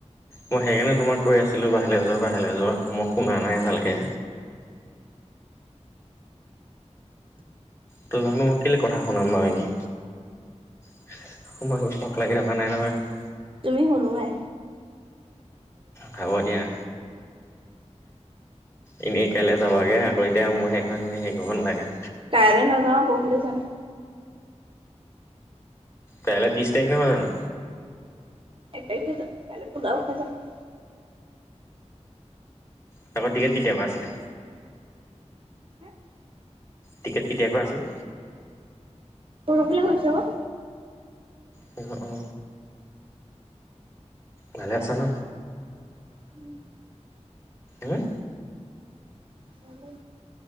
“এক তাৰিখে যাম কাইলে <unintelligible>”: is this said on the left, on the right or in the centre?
Right